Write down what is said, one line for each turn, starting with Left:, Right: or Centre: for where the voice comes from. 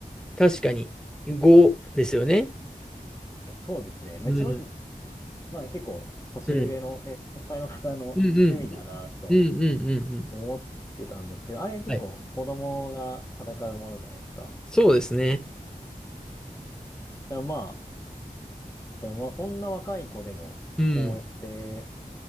Centre: でも確かにうんうんうんはいはいはい。ああ、確かに。5ですよね。
Left: え、そうですね。まあ、
Centre: うん。
Left: 正直、まあ、結構、年上のね、
Centre: うん。うん
Left: 先輩の方の趣味だなと
Centre: うんうんうんうんうんうん。
Left: 思ってたんですけど、あれ結構子供が戦うものじゃないですか。
Centre: はい。そうですね。
Left: でもまあ、でもまあ、こんな若い子でも、
Centre: うん。
Left: こうやって、
Centre: うん